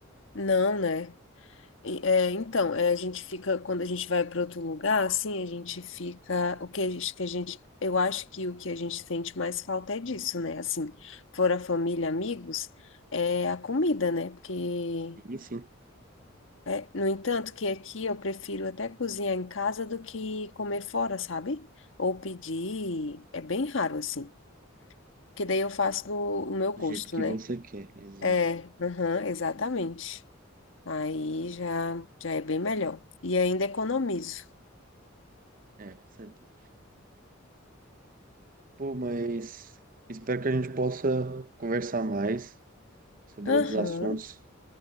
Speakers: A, on the left (about 70°); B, on the right (about 45°).
A: Não, né? E, é, então, é, a gente fica, quando a gente vai para outro lugar, assim, a gente fica. O que a gente, que a gente. Eu acho que o que a gente sente mais falta é disso, né? Assim, fora família, amigos, é a comida, né? Porque
B: Ele sim,
A: É, no entanto, que aqui eu prefiro até cozinhar em casa do que comer fora, sabe? Ou pedir, é bem raro assim. Que daí eu faço do o meu gosto,
B: do jeito que
A: né?
B: você quer. Exato.
A: É, aham, exatamente. Aí já, já é bem melhor. E ainda economizo.
B: É, com certeza. Pô, mas espero que a gente possa conversar mais sobre
A: Aham,
B: outros assuntos,